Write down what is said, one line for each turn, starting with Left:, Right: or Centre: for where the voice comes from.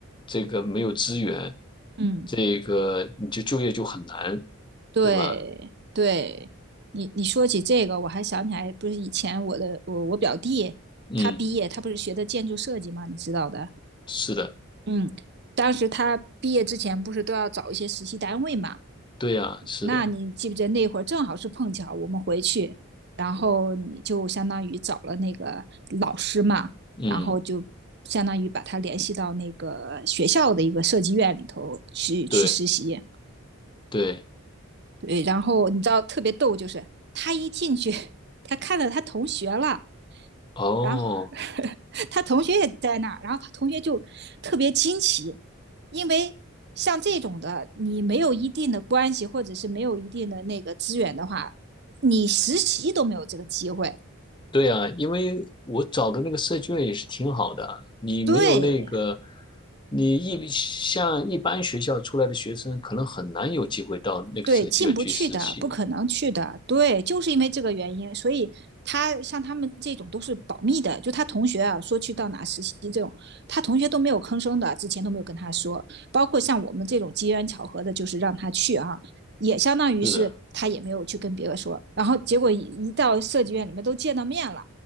Left: 这个没有资源，
Right: 嗯，
Left: 这个你就就业就很难，
Right: 对对，
Left: 对吧？
Right: 你你说起这个，我还想起来，不是以前我的我我表弟他毕业，
Left: 嗯，
Right: 他不是学的建筑设计嘛，你知道的。
Left: 是的，
Right: 嗯，当时他毕业之前不是都要找一些实习单位嘛，
Left: 对呀，是的，
Right: 那你记不记得那会儿正好是碰巧我们回去，然后你就相当于找了那个老师嘛，
Left: 嗯，
Right: 然后就相当于把他联系到那个学校的一个设计院里头去去实习。
Left: 对对，
Right: 对，然后你知道特别逗，就是他一进去，<laughs> 他看到他同学了，
Left: 哦，
Right: 然后 <laughs> 他同学也在那儿，然后他同学就特别惊奇，因为像这种的，你没有一定的关系或者是没有一定的那个资源的话，你实习都没有这个机会。
Left: 对呀，因为我找的那个设计院也是挺好的啊，你没有那个，
Right: 对，
Left: 你一像一般学校出来的学生，可能很难有机会到那个设计院去实习，
Right: 对，进不去的，不可能去的，对，就是因为这个原因，所以他像他们这种都是保密的，就他同学啊，说去到哪实习这种，他同学都没有吭声的，之前都没有跟他说，包括像我们这种机缘巧合的，就是让他去啊，也相当于是他也没有去跟别人说，
Left: 是的，
Right: 然后结果一到设计院里面都见到面了，